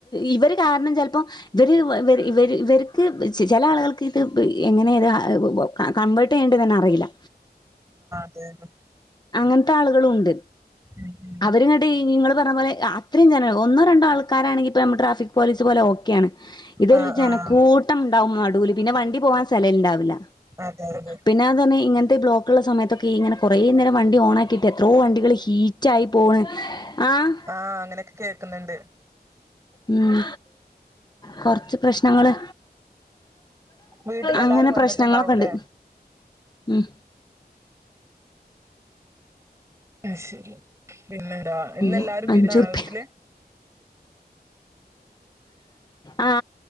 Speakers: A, on the left; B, on the right.
A: ഇവര് കാരണം ചിലപ്പോ ഇവർ ഇവർക്ക് ചില ആളുകൾക്ക് ഇത് എങ്ങനെ ഇത് കവേർട്ട് <unintelligible> അറിയില്ല
B: അതെന്ന
A: അങ്ങനത്തെ ആളുകളുണ്ട്
B: ഉം ഉം
A: അവരിങ്ങട്ട് പറഞ്ഞ പോലെ അത്രയും ജനം ഒന്നോ രണ്ടോ ആൾക്കാരാണെങ്കിൽ ഇപ്പ നമ്മടെ ട്രാഫിക് പോലീസ് പോലെ ഓക്കെയാണ് ഇതൊരു
B: ആഹ്
A: ജനക്കൂട്ടം
B: ആഹ്
A: ഉണ്ടാവും നടുവില് പിന്നെ വണ്ടി പോകാൻ സ്ഥലമുണ്ടാവില്ല
B: അതെ അതെ
A: പിന്നെ അത് തന്നെ ഇങ്ങ <unintelligible> തിരക്കുള്ള സമയത്തൊക്കെ ഇങ്ങനെ കുറേ നേരം വണ്ടി ഓൺ ആക്കിയിട്ട് എത്രോ വണ്ടികള് ഹീറ്റായി പോണ് ആഹ്
B: ആ അങ്ങനെയൊക്കെ കേൾക്കുന്നുണ്ട്
A: ഉം കൊറച്ച് പ്രശ്നങ്ങള്
B: വീട്ടിലെല്ലാരും
A: അങ്ങനെ
B: വന്നിട്ടുണ്ടാവൂലേ
A: പ്രശ്നങ്ങളൊക്കെ ഉണ്ട് ഉം
B: അത് ശരി പിന്നെന്താ ഇന്ന്
A: ഇല്ല
B: എല്ലാരും വിരാണോ
A: അഞ്ചുറുപ്യ
B: വീട്ടില്
A: ആ